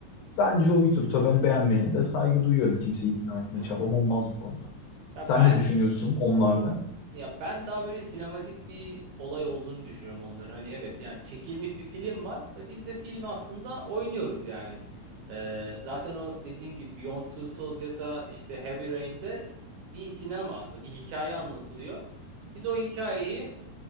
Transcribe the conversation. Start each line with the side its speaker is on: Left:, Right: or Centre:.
Left: Bence o bir tür. Tabii hani beğenmeyene de saygı duyuyorum. Kimseyi ikna etme
Right: Hı hı.
Left: çabam olmaz bu konuda.
Right: Ya
Left: Sen
Right: ben
Left: ne düşünüyorsun onlarda?
Right: Ya ben daha böyle sinematik bir olay olduğunu düşünüyorum onların. Hani evet yani çekilmiş bir film var ve biz de filmi aslında oynuyoruz yani. Ee, zaten o dediğim gibi Beyond Two Souls ya da işte Heavy Rain'de bir sinema aslında bir hikaye anlatılıyor. Biz o hikayeyi